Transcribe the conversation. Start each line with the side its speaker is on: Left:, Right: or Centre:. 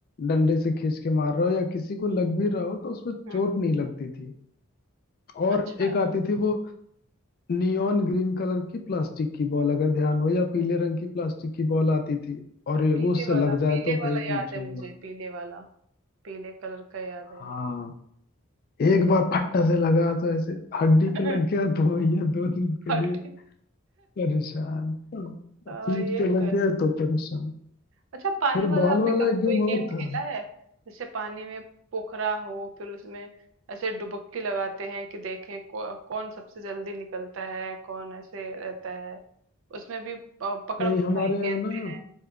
Left: डंडे से खींच के मार रहा हो या किसी को लग भी रहा हो तो उसमें
Right: हम्म
Left: चोट नहीं लगती थी और
Right: अच्छा
Left: एक आती थी वो नियॉन ग्रीन कलर की प्लास्टिक की बॉल अगर ध्यान हो या पीले रंग की प्लास्टिक की बॉल आती थी और ये-
Right: पीले
Left: वो उससे
Right: वाला
Left: लग जाए
Right: पीले
Left: तो
Right: वाला
Left: भाई
Right: याद
Left: पूछो
Right: है
Left: ही
Right: मुझे
Left: मत
Right: पीले वाला पीले कलर का याद
Left: हाँ
Right: है
Left: एक बार फट्टा से लगा तो ऐसे हड्डी
Right: <laughs>
Left: पे लग गया तो भैया दो दिन के
Right: हटे
Left: लिए परेशान पीठ
Right: हाँ, ये
Left: पे
Right: तो
Left: लग
Right: है
Left: गया तो परेशान
Right: अच्छा पानी
Left: फिर
Right: वाला
Left: बॉल
Right: आपने
Left: वाला
Right: कभी
Left: एक
Right: कोई
Left: गेम
Right: गेम
Left: और
Right: खेला
Left: था
Right: है जैसे पानी में पोखरा हो फिर उसमें ऐसे डुबक्की लगाते हैं कि देखें कौ, कौन सबसे जल्दी निकलता है कौन ऐसे रहता है उसमें भी पकड़म
Left: नहीं
Right: पकड़ाई
Left: हमारे
Right: खेलते
Left: यहाँ ना
Right: हैं